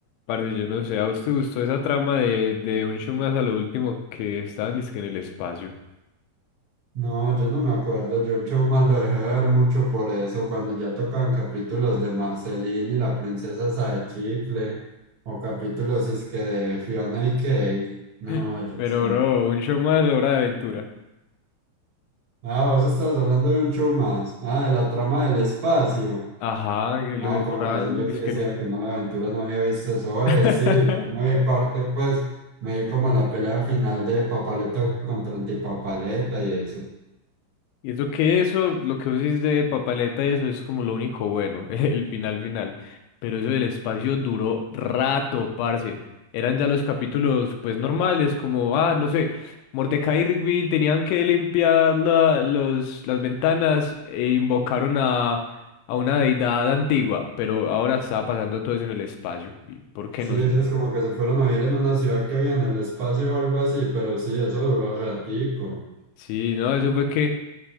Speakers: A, on the left (about 80°); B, on the right (about 55°).
A: parce, yo no sé. ¿A vos te gustó esa trama de, de un show más a lo último que estaban dizque en el espacio?
B: No, yo no me acuerdo. Yo un show más lo dejé de ver mucho por eso, cuando ya tocaban capítulos de Marceline y la princesa esa de chicle, o capítulos es que de Fiona y Cake. No,
A: <laughs>
B: yo
A: Pero,
B: eso no.
A: bro, un show más, hora de aventura.
B: Ah, vos estabas hablando de un show más. Ah, de la trama del espacio.
A: Ajá, que los
B: Ah,
A: encerraban,
B: con razón, yo
A: dizque
B: sí decía
A: en un.
B: que no era aventura, no había visto eso. Oye,
A: <laughs>
B: sí, yo no vi parte, pues, me vi como la pelea final de Papaleta contra Antipapaleta y eso.
A: Y eso que eso, lo que vos decís de papaleta y eso es como lo único bueno, <laughs> el final final. Pero eso del espacio duró rato, parce. Eran ya los capítulos pues normales, como, ah, no sé, Mordecai y Rigby tenían que limpiar la- los, las ventanas e invocaron a, a una deidad antigua, pero ahora está pasando todo eso en el espacio. ¿Y ¿Por qué?
B: Sí,
A: No sé.
B: ellos como que se fueron a vivir en una ciudad que había en el espacio o algo así, pero sí, eso duró ratico.
A: Sí, no, eso fue que,